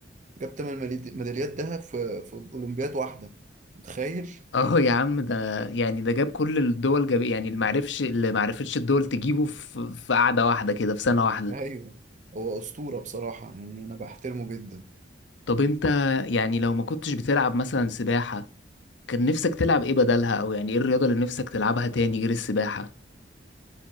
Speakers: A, on the right; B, on the left.
A: جاب 8 ميداليات ذهب في في اولمبياد واحدة متخيل
B: <laughs> اه يا عم ده يعني ده جاب كل الدول جاب يعني اللي معرفش اللي معرفتش الدول تجيبه في في قعده واحده كده في سنه واحده
A: ايوه هو اسطوره بصراحه يعني انا بحترمه جدا
B: طب انت يعني لو ما كنتش بتلعب مثلا سباحه كان نفسك تلعب ايه بدلها او يعني ايه الرياضة اللي نفسك تلعبها تاني غير السباحة